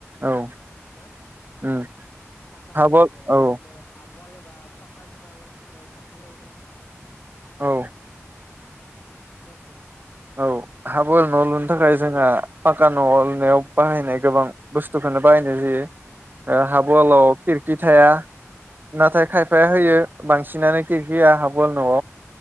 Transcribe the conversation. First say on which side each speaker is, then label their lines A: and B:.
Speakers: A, on the right (about 40°); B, on the left (about 55°).
A: औ
B: ना
A: उम
B: पाक्कानि
A: हाबल
B: बानायनायाबा
A: औ
B: इंखायनो हाब वाल होबा पाक्कानि बाल ओ सतथालाय <unintelligible> ना
A: औ
B: प्लरखो
A: औ हाब फुल न' लुनो थाखाय जोंहा फाक्का न'आव लुनायाव बाहायनाय गोबां बुस्थुखोनो बाहायनाय जायो ओ हाब
B: औ
A: अआलाव खिरखि थाया नाथाय खायफाया
B: औ
A: होयो बांसिनानो खिरखिया हाब अआल न'आव